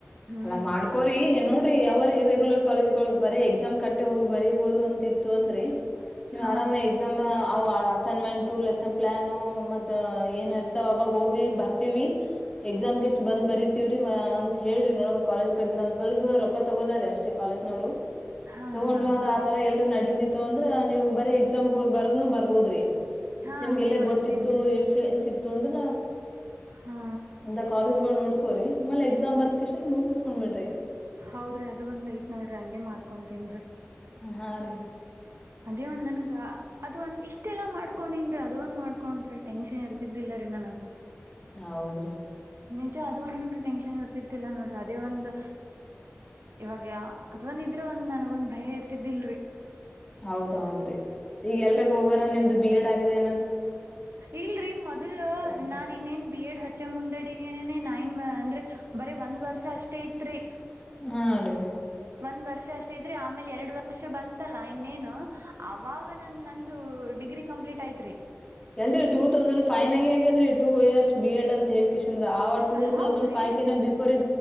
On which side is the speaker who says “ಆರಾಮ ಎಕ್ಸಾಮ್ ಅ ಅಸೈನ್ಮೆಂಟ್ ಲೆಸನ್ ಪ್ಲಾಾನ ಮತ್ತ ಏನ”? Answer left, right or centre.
Left